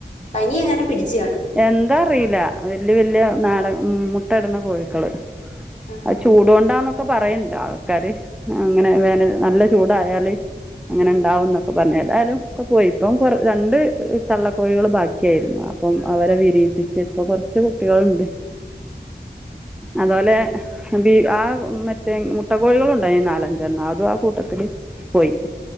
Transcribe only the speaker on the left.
പനി എങ്ങനെ പിടിച്ച് കാണും.
ആഹ്
ആഹ്